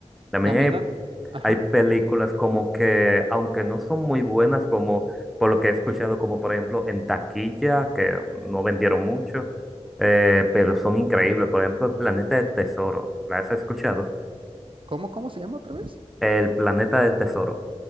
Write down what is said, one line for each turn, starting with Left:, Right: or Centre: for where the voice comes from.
Centre: También
Right: También,
Centre: hay,
Right: no- ajá,
Centre: hay películas como que, aunque no son muy buenas, como por lo que he escuchado, como por ejemplo en taquilla, que no vendieron mucho, eh, pero son increíbles. Por ejemplo, El Planeta del Tesoro. ¿La has escuchado?
Right: ¿cómo, cómo se llama otra vez?
Centre: El Planeta del Tesoro.